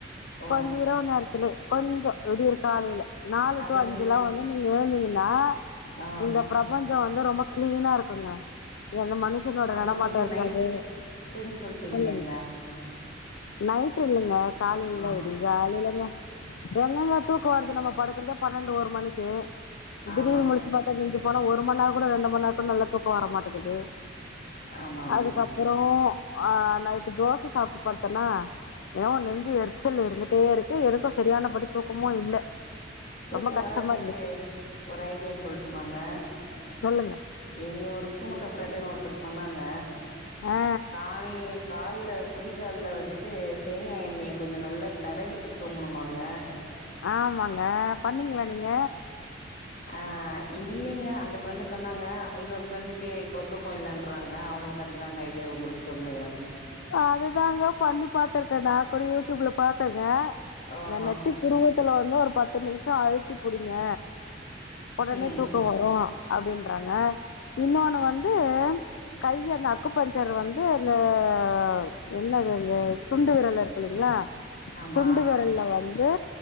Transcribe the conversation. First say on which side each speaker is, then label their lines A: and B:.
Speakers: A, on the left; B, on the left.
A: ஓ!
B: கொஞ்ச இரவு நேரத்துலே கொஞ்சோ விடியர் காலைல நாலு
A: அதன்
B: டூ அஞ்சுலா வந்து நீங்க ஏந்தீங் லா
A: ஆஹா!
B: இந்த பிரபஞ்சோ வந் து ரொம்ப க்ளீன்னா இருக்கோங்க எந்த மனுஷனோட
A: அத
B: நடமாட்டோ
A: நீங்க
B: இர்காது
A: நைட்டுன்னு சொல்ட்டீங்களேங்க.
B: சொல்லுங்க நைட்டு இல்லங்க காலைலதா
A: ஆஹா!
B: விடி காலைலங்க என்னங்க தூக்கோ வர்துனு நம்ம படுக்கறதே பன்னெண்டு ஒரு மணிக்கு திடீர்
A: ஆமாங்க.
B: முழிச்சு பாத்தா விஞ்சு போனா ஒரு மண் நேரக் கூட ரெண்டு மண் நேரக் கூட நல்லா தூக்கோ வரமாட்டுக்குது
A: ஆமா, ஆமாங்க.
B: அதுக்கப்பறோ ஆ நைட்டு தோச சாப்ட்டு படுத்தன்னா எனவோ நெஞ்சு எரிச்சல் இருந்துட்டே இருக்கு எனக்கோ சரியான படி தூக்கமோ இல்ல
A: தூக்கோ
B: ரொம்ப கஷ்டமா
A: வராத்துக்கே
B: இருந்துச்சு
A: ஒரு ஐடியா சொல்ட்டுமாங்க
B: சொல்லுங்க
A: எங்க ஒரு கூமுட்ட ஃப்ரெண்ட் டு ஒருத்தர் சொன்னாங்க
B: ஆ
A: காலையிலே கால்ல குதிக்கால்ல வந்துட்டு தேங்காய் எண்ணெய்ய கொஞ்சோ நல்லா தடவிட்டு தூங்குணுமாங்க
B: ஆமாங்க பண்ணீங்ளா நீங்க
A: ஆ இல்லீங்க அந்த ஃப்ரெண்ட்டு சொன்னாங்க இன்னொ ஃப்ரெண்ட்டுகே இப்போதோ ப்ப இல்லன்றாங்க அவுங்குளுக்கு அதுத்தாங்க ஐடியா உங்குளுக்கு சொன்னுனுகிறே
B: அதுதாங்க பண்ணி பாத்திருக்கே நா கூட யூடியூப்ல பாத்தங்க
A: ஓஹோ
B: இந்த நெத்தி புருவத் த்துல வந்து ஒரு பத்து நிமிஷம் அழுத்தி புடிங்க ஒடனே
A: ம்
B: தூக்கோ வரோ அப்டின்றாங்க இன்னோனு வந்து கைய இந்த அக்கு பஞ்சர் வந்து அந்த ஆவ் என்னதந்த சுண்டு விரல் த இர்க்லிங்ளா
A: ஆமாம்
B: சுண்டு விரல்ல வந் வே